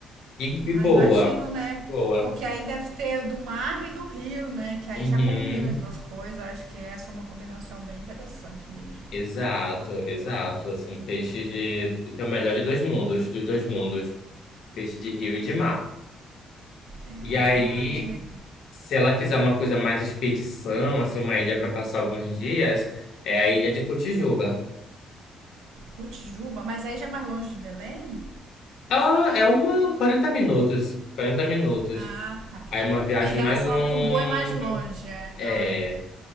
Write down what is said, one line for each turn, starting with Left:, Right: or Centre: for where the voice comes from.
Left: e,
Right: Ah,
Left: e boa,
Right: imagino, né?
Left: e boa.
Right: Porque aí deve ter do mar e do rio, né? Que aí
Left: Uhum,
Right: já combina as duas coisas. Acho que essa é uma combinação bem interessante mesmo.
Left: exato, exato, assim, peixe de, tem o melhor de dois mundos, dos dois mundos, peixe de rio e de mar.
Right: É
Left: E aí,
Right: demais, né?
Left: Se ela quiser uma coisa mais expedição, assim, uma ilha para passar alguns dias, é a ilha de Cotijuba.
Right: Cotijuba, mas aí já é mais longe de Belém?
Left: Ah, é uma 40 minutos, 40 minutos.
Right: Ah, tá.
Left: Aí é uma viagem
Right: Em relação
Left: mais longa.
Right: a Cumbu é mais longe, é.
Left: É,
Right: Ah, é.